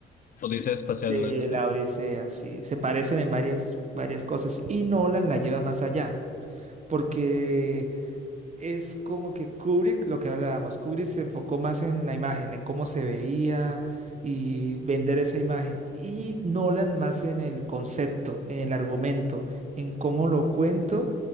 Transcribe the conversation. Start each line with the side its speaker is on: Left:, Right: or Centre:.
Left: Odisea espacial,
Right: de
Left: ¿no es así?
Right: la Odisea, sí, se parecen en varias, varias cosas, y Nolan la lleva más allá, porque es como que Kubrick, lo que hablábamos, Kubrick se enfocó más en la imagen, en cómo se veía y vender esa imagen. Y Nolan más en el concepto, en el argumento, en cómo lo cuento